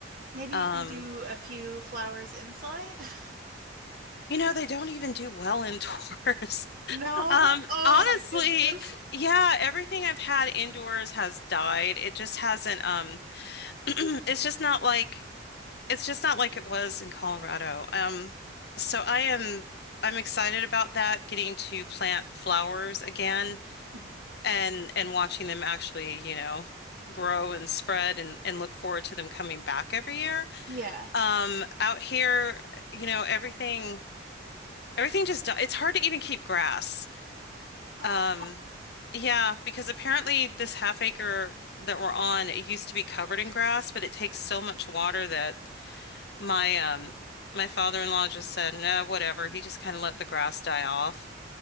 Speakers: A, on the right; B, on the left.
A: Maybe
B: Um,
A: you can do a few flowers inside. <laughs>
B: you know, they don't even do well indoors. <laughs>
A: No.
B: Um,
A: Oh
B: honestly,
A: my goodness.
B: yeah, everything I've had indoors has died. It just hasn't um <clears throat> it's just not like it's just not like it was in Colorado. Um, so I am I'm excited about that, getting to plant flowers again
A: Mhm.
B: and and watching them actually, you know, grow and spread and and look forward to them coming back every year.
A: Yeah.
B: Um, out here, you know, everything everything just di- it's hard to even keep grass.
A: Oh,
B: Um, yeah, because apparently this half acre that we're on, it used to be covered in grass, but it takes so much water that My um my father-in-law just said, "No, whatever." He just kind of let the grass die off.